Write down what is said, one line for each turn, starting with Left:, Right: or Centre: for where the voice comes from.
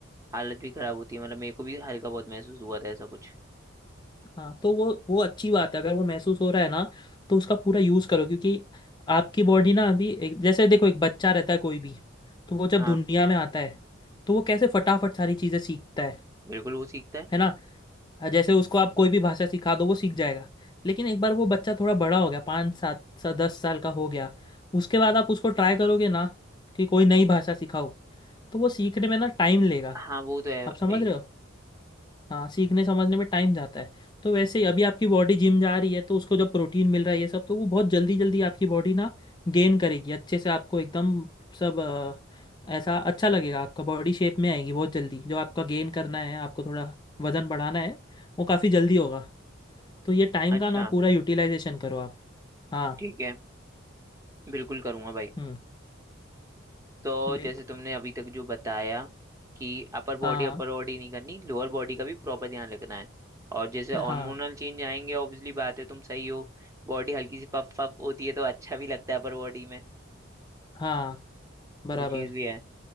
Right: हालत भी खराब होती है मतलब मेरे को भी हल्का बहुत महसूस हुआ था ऐसा कुछ
Left: हाँ तो वो वो अच्छी बात है अगर वो महसूस हो रहा है ना तो उसका पूरा यूज़ करो क्योंकि आपकी बॉडी ना अभी एक, जैसे देखो एक बच्चा रहता है कोई भी तो वो जब
Right: हाँ
Left: दुनिया में आता है तो वो कैसे फटाफट सारी चीज़ें सीखता है
Right: बिल्कुल वो सीखता है
Left: है ना हाँ, जैसे उसको आप कोई भी भाषा सिखा दो वो सीख जाएगा लेकिन एक बार वो बच्चा थोड़ा बड़ा हो गया पाँच सात सा दस साल का हो गया उसके बाद आप उसको ट्राई करोगे ना कि कोई नई भाषा सिखाओ तो वो सीखने में ना टाइम लेगा
Right: हाँ वो तो है
Left: आप
Right: भाई
Left: समझ रहे हो हाँ सीखने समझने में टाइम जाता है तो वैसे ही अभी आपकी बॉडी जिम जा रही है तो उसको जब प्रोटीन मिल रहा है ये सब तो वो बहुत जल्दी जल्दी आपकी बॉडी ना गेन करेगी अच्छे से आपको एकदम सब अ, ऐसा अच्छा लगेगा आपका बॉडी शेप में आएगी बहुत जल्दी जो आपका गेन करना है आपको थोड़ा वजन बढ़ाना है वो काफ़ी जल्दी होगा तो ये टाइम
Right: अच्छा
Left: का ना पूरा यूटिलाइजेशन करो आप हाँ
Right: ठीक है बिल्कुल करूँगा भाई
Left: हम्म
Right: तो
Left: बिल्कुल
Right: जैसे तुमने अभी तक जो बताया कि अपर बॉडी
Left: हाँ
Right: अपर बॉडी नहीं करनी लोअर बॉडी का भी प्रॉपर ध्यान रखना है और जैसे हार्मोनल
Left: हाँ
Right: चेंज आएंगे ऑब्वियसली बात है तुम सही हो बॉडी हल्की सी पफ पफ होती है तो अच्छा भी लगता है अपर बॉडी में
Left: हाँ बराबर
Right: वो चीज़ भी है